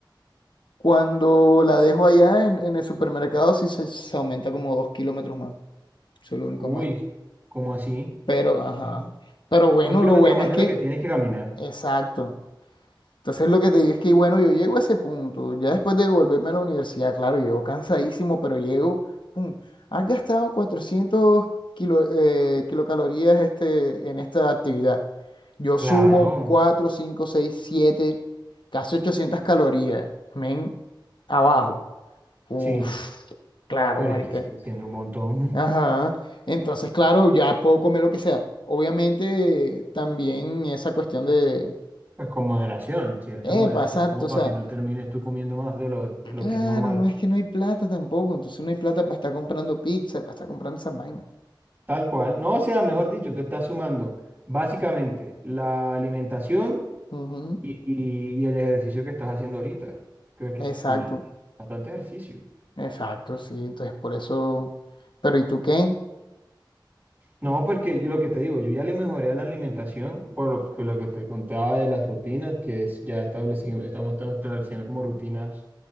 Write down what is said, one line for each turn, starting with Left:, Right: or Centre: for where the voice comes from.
Left: cuando la dejo allá en, en el supermercado, sí se, se aumenta como dos kilómetros más, eso es lo único
Right: Uy,
Left: malo.
Right: ¿cómo así?
Left: Pero, ajá. Pero bueno,
Right: Dos kilómetros
Left: lo bueno
Right: más
Left: es
Right: de
Left: que,
Right: lo que tienes que caminar.
Left: exacto. Entonces lo que te digo es que, bueno, yo llego a ese punto, ya después de volverme a la universidad, claro, llego cansadísimo, pero llego, pum, has gastado 400 kilo- eh, kilocalorías este, en esta actividad. Yo sumo
Right: Claro,
Left: 4 5 6 7 casi 800 calorías, men, abajo. Uf,
Right: sí.
Left: claro,
Right: Pero
Left: marica.
Right: es que sigue siendo un montón.
Left: Ajá.
Right: <laughs>
Left: Entonces, claro, ya puedo comer lo que sea. Obviamente, también esa cuestión de,
Right: Pues con moderación, cierta
Left: epa,
Right: moderación,
Left: exacto,
Right: como
Left: o
Right: para
Left: sea,
Right: que no termines tú comiendo más de lo, de lo
Left: claro,
Right: que es normal.
Left: no es que no hay plata tampoco, entonces no hay plata para estar comprando pizza, para estar comprando esas vainas.
Right: Tal cual. No, o sea, mejor dicho, te estás sumando básicamente la alimentación.
Left: Ujú.
Right: Y, y- y el ejercicio que estás haciendo ahorita, creo que
Left: Exacto,
Right: es cool. Bastante ejercicio.
Left: exacto, sí, entonces por eso, pero ¿y tú qué?
Right: No, porque yo lo que te digo, yo ya le mejoré a la alimentación por lo que, lo que te contaba de las rutinas, que es- ya establecimos, estamos, estamos estableciendo como rutinas